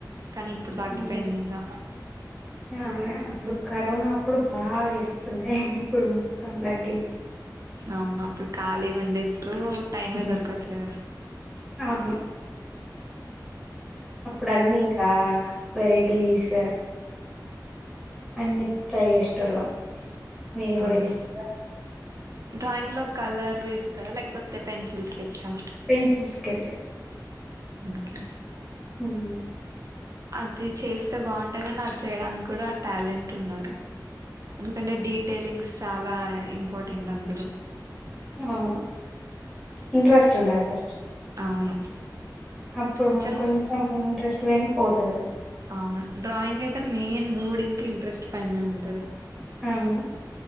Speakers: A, on the right; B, in the centre.
A: కానీ ఇప్పుడు తగ్గిపోయింది
B: అదే
A: ఇంకా
B: అవును అప్పుడు కరోనా అప్పుడు బాగా వేస్తుండ్ ఇప్పుడు మొత్తం తగ్గింది
A: అవును అప్పుడు ఖాళీగా ఉండే ఇప్పుడు టైమే
B: హ్మ్.
A: దొరకాట్లే
B: అవును అప్పుడు అన్నవీకా వెరైటీస్ అన్ని ట్రై చేసేటోళ్లం మీరు
A: అవును
B: కూడా చేసిండ్రా
A: డ్రాయింగ్ లో కలర్ వేస్తారా లేకపోతే పెన్సిల్ సెట్సా
B: పెన్సిల్ స్కెచ్
A: ఒకే
B: ఉహు
A: అది చేస్తే బాగుంటయి కనీ అది చేయడానికి కూడా ఆ టాలెంట్ ఉండాలి ఎందుకంటే డీటెయిలింగ్స్ చాలా ఇంపార్టెంట్ అందులో
B: అవును ఇంట్రెస్ట్ ఉండాలి ఫస్ట్
A: అవును
B: అప్పుడు
A: నిజంగా
B: మన కొంచెం ఇంట్రెస్ట్ పోయినా పోతది అది
A: అవును డ్రాయింగ్ అయితే మెయిన్ మూడ్ ఇంక ఇంట్రెస్ట్ పైనే ఉంటది
B: అవును